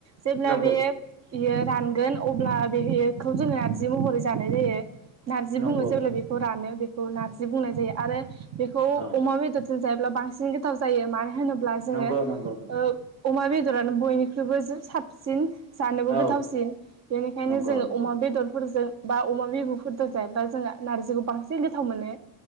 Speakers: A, on the right; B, on the right.
A: जेब्ला
B: नंगौ
A: बेयो बियो रानगोन अब्ला बेखौ जोङो नारजि महरै जानाय जायो। नार्जि
B: नंगौ
A: बुङो जेब्ला बेखौ रानो बेखौ नारजि बुंनाय जायो आरो बेखौ
B: औ
A: अमा बेदर जायोब्ला बांसिन गोथाव जायो मानो होनो ब्ला जोङो
B: नंगौ नंगौ
A: ओ अमा बेदरानो बयनिख्रुइबो साबसिन जानोबो
B: औ
A: गोथावसिन बेनिखायनो
B: नंगौ
A: जोङो
B: नंगौ
A: अमा बेदरफोरजों बा उमा बेबु फोरदों जायोब्ला जोंहा नारजिखौ बांसिन गोथाव मोनो